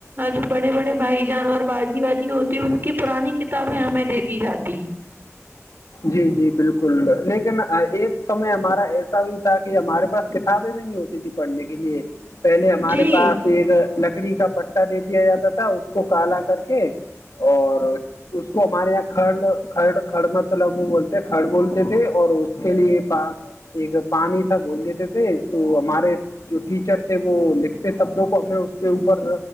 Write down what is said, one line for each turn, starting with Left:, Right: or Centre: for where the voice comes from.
Right: جو بڑے بڑے بھائی جان اور بازی بازی ہوتی ان کی پرانی کتابیں ہمیں دے دی جاتی
Left: جی جی بالکل لیکن ایک سمے ہمارا ایسا بھی تھا کہ ہمارے پاس کتابیں بھی نہیں ہوتی تھی پڑھنے کے لیے پہلے ہمارے
Right: جی
Left: پاس ایک لکڑی کا پٹا دے دیا جاتا تھا اس کو کالا کر کے اور اس کو ہمارے یہاں کڑ ک کڑ مطلب وہ بولتے کھڑ بولتے تھے اور اس کے لیے ایک پانی سا گول دیتے تھے تو ہمارے جو ٹیچر تھے وہ کے شبدوں کو ہمیں اس پہ اوپر